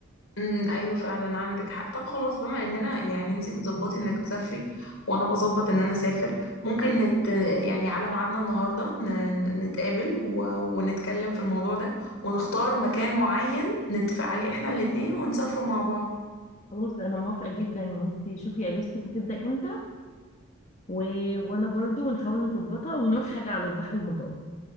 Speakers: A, on the left; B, on the left.
A: امم ايوه فعلا عندك حق طب خلاص بما اننا يعني انتي بتظبطي انك تسافري وانا بظبط ان انا اسافر ممكن نت يعني على ميعادنا النهارده ن... ن- نتقابل و... ونتكلم في الموضوع ده ونختار مكان معين نتفق عليه احنا الاتنين ونسافروا مع بعض
B: خلاص انا موافقه جدا انت شوفي اجازتك هتبدا امتى و... وانا برضو نحاول نظبطها ونروح حاجه على البحر المتوسط